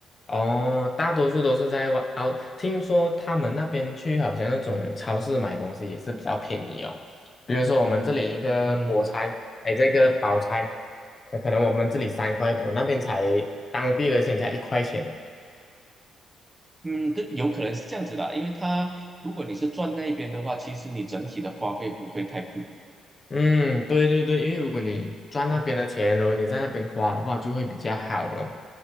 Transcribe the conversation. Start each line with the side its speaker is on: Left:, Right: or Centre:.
Left: 哦，大多数都是在外哦。听说他们那边去好像那种超市买东西也是比较便宜哦。比如说我们这里一个菠菜，
Right: 嗯
Left: 哎，这个包菜，呃可能我们这里三块多，那边才当地的钱才一块钱。
Right: 嗯，这有可能是这样子的啊因为它如果你是转那一边的话，其实你整体的花费不会太贵。
Left: 嗯，对对对，因为如果你赚那边的钱，
Right: 嗯嗯，
Left: 然后你在那边花的话，就会比较好了。